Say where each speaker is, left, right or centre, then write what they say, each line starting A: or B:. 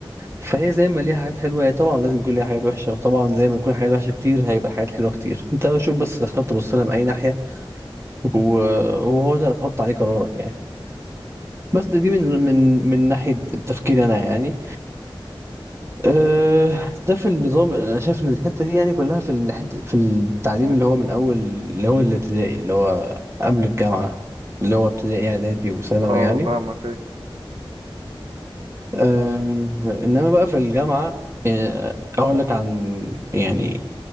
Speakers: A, on the right (about 30°); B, on the right (about 65°).
A: فهي زي ما ليها حاجات حلوه هي طبعا لازم يكون ليها حاجات وحشه وطبعا زي ما يكون حاجات وحشه كتير هيبقى حاجات حلوه كتير <laughs> انت شوف بس تختار تبص لها من اي ناحيه و- وهو ده اللي هتحط عليه قرارك يعني بس دي دي من من من ناحيه تفكيري انا يعني أه ده في النظام انا شايف ان الحته دي يعني كلها في الحته في التعليم اللي هو من اول اللي هو الابتدائي اللي هو قبل الجامعه اللي هو ابتدائي اعدادي وثانوي
B: اه
A: يعني
B: فاهمك ايه
A: أه انما بقى في الجامعه يعني اقول لك عن يعني